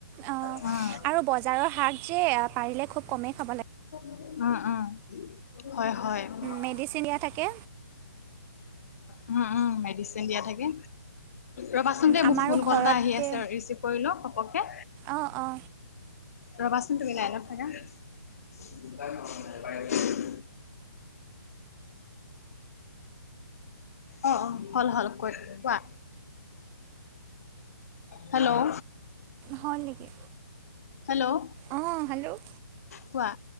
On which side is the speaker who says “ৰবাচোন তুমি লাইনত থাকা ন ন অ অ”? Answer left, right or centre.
Left